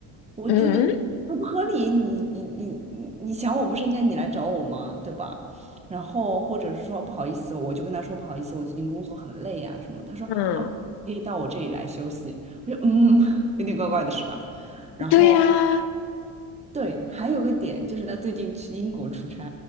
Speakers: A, on the right; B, on the left.
A: 我觉得很不合理。
B: 嗯
A: 你你你你你想我不是应该你来找我吗？对吧？然后或者是说不好意思，我就跟他说不好意思，我最近工作很累呀、什么。他说哦，
B: 嗯，
A: 可以到我这里来休息。我说嗯，<laughs> 有点怪怪的是吧？然后。
B: 对呀，
A: 对，还有个点就是他最近去英国出差，